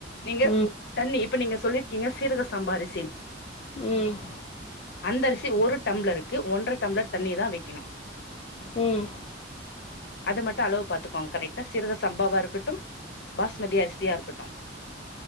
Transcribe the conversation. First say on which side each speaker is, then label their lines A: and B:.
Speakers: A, on the left; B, on the left.
A: நீங்க
B: ம்
A: தண்ணி இப்ப நீங்க சொல்லி இங்க சீரக சம்பா அரி
B: ம்
A: அந்த அரிசி ஒரு டம்பளருக்கு ஒன்ற டம்பளர் தண்ணியதா வைக்கனும்
B: ம்
A: அது மட்டும் அளவு பாத்துக்கோங்க கரெட்டா சீரக சம்பாவா இருக்கட்டும் பாஸ்மதி அரிசியா இருக்கட்டும்